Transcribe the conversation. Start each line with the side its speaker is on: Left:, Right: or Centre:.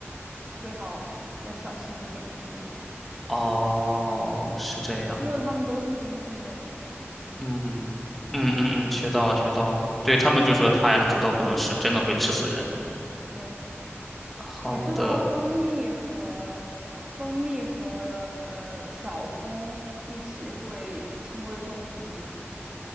Right: 最好要小心一点处理，
Centre: 哦，是这样。
Right: 因为它们都是根茎类的嘛。
Centre: 嗯嗯嗯嗯，学到了学到了。对他们就说发芽的土豆不能吃，真的会吃死人。
Right: 嗯嗯嗯，对。
Centre: 好的，
Right: 你知道蜂蜜和蜂蜜和呃小葱一起会轻微中毒吗？